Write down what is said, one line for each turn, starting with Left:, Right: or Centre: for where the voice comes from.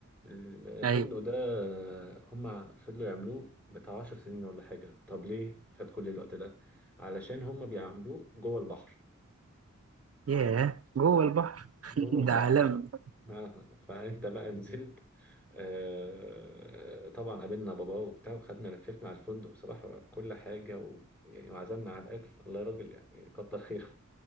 Centre: الفندق
Right: أيوه
Centre: ده آه، هما فضلوا يعملوه بتاع عشر سنين ولا حاجة طب ليه خد كل الوقت ده علشان هما بيعملوه جوه البحر
Right: ياه جوه البحر <laughs>
Centre: جوه البحر
Right: ده عالم
Centre: اه <laughs> آه، فانت بقى نزلت آه، طبعا قابلنا باباه وبتاع وخدنا لففنا على الفندق بصراحة كل حاجة و... يعني وعزمنا على الأكل الله يا راجل يعني كتر خيره <laughs>